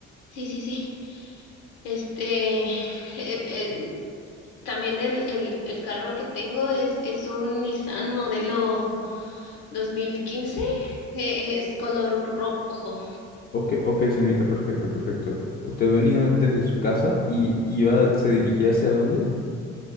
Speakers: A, on the left; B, on the left.
A: sí, sí, sí. Este, eh, eh, también el, el, el carro que tengo es, es un Nissan modelo 2015, eh, es color rojo.
B: Ok, ok, señorita, perfecto, perfecto. Usted venía desde su casa y iba, se dirigía hacia dónde?